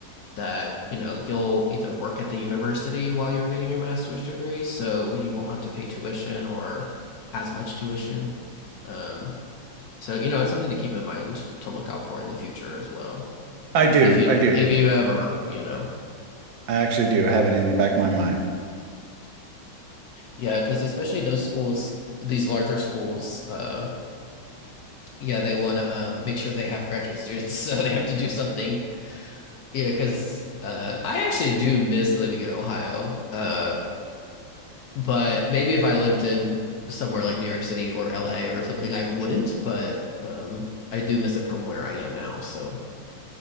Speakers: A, on the left (about 65°); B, on the right (about 75°).
A: that, you know, you'll either work at the university while you're getting your master's degree, so you won't have to pay tuition or as much tuition. Um, so, you know, it's something to keep in mind to look out for in the future as well.
B: I do.
A: If you
B: I do.
A: if you ever, you know.
B: I actually do have it in the back of my mind.
A: Yeah, because especially those schools, these larger schools, uh, yeah, they want to um, make sure they have graduate students, <laughs> so they have to do something, you know. Because uh, I actually do miss living in Ohio, uh, but maybe if I lived in somewhere like New York City or LA or something, I wouldn't. But um, I do miss it from where I am now. So